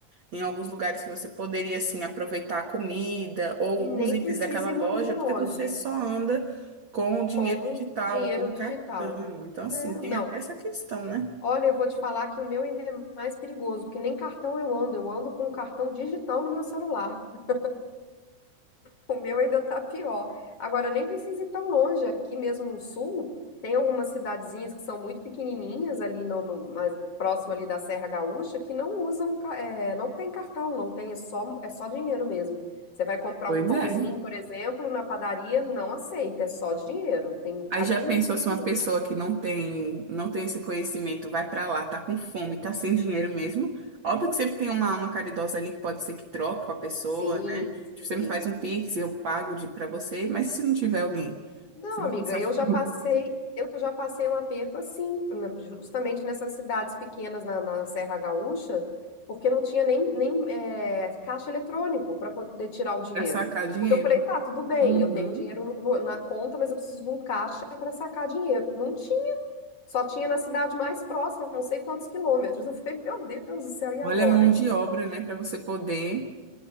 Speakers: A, on the right; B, on the left.
A: em alguns lugares que você poderia assim aproveitar a comida ou
B: E nem
A: os itens
B: precisa
A: daquela
B: ir
A: loja,
B: muito longe.
A: porque você só anda com o dinheiro
B: com
A: digital,
B: dinheiro
A: com o
B: digital.
A: cartão. Então, assim,
B: É,
A: tem
B: não.
A: até essa questão, né?
B: Olha, eu vou te falar que o meu ainda é mais perigoso, porque nem cartão eu ando, eu ando com um cartão digital no meu celular. <laughs> O meu ainda tá pior. Agora, nem precisa ir tão longe, aqui mesmo no sul, tem algumas cidadezinhas que são muito pequenininhas ali no, no- mais próximo ali da Serra Gaúcha que não usam, ca- é, não tem cartão, não tem, é só, é só dinheiro mesmo. Você vai comprar
A: Pois
B: um pãozinho,
A: é.
B: por exemplo, na padaria, não aceita, é só dinheiro. Tem,
A: Aí
B: aqui
A: já pensou
B: no sul
A: se
B: tem
A: uma pessoa
B: isso.
A: que não tem, não tem esse conhecimento vai pra lá, tá com fome, tá sem dinheiro mesmo? Óbvio que sempre tem uma alma caridosa ali que pode ser que troque com a pessoa,
B: Sim,
A: né? Tipo,
B: sim.
A: você me faz um pix, eu pago de para você, mas e se não tiver alguém,
B: Não,
A: você vai
B: amiga,
A: pensar
B: eu já
A: <laughs>
B: passei, eu já passei um aperto assim, na- justamente nessas cidades pequenas na, na Serra Gaúcha, porque não tinha nem, nem é, caixa eletrônico para poder tirar o dinheiro.
A: pra sacar dinheiro.
B: Porque eu falei, tá, tudo bem,
A: Uhum.
B: eu tenho dinheiro no- no- na conta, mas eu preciso de um caixa para sacar dinheiro. Não tinha, só tinha na cidade mais próxima, não sei quantos quilômetros. Eu falei, meu Deus do céu, e agora?
A: Olha a mão de obra, né, Pra você poder